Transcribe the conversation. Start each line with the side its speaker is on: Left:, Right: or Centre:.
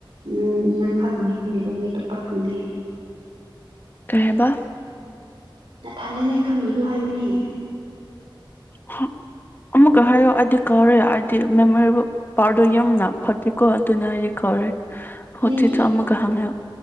Right: ꯎꯝ ꯅꯪ ꯈꯥꯨꯝꯅꯦ ꯈꯪꯗꯦꯗꯣ ꯃꯤ ꯇꯞꯄ ꯈꯪꯗꯦ
Left: ꯀꯦꯕ
Right: ꯅ ꯊꯗꯅꯦ ꯈꯪꯕꯤꯔꯣ ꯍꯥꯏꯕꯅꯦ
Left: ꯑ ꯑꯃꯨꯛꯀ ꯍꯥꯏꯌꯣ ꯑꯩꯗꯤ ꯀꯥꯎꯔꯦ ꯑꯩꯗꯤ ꯃꯦꯃꯣꯔꯦꯕꯜ ꯄꯥꯎꯔꯗꯣ ꯌꯅ ꯐꯠꯇꯦꯀꯣ ꯑꯗꯨꯅ ꯑꯩꯗꯤ ꯀꯥꯎꯔꯦ ꯍꯧꯖꯤꯁꯨ
Right: ꯅꯪꯒꯤ
Left: ꯑꯃꯃ ꯀꯍꯥꯒ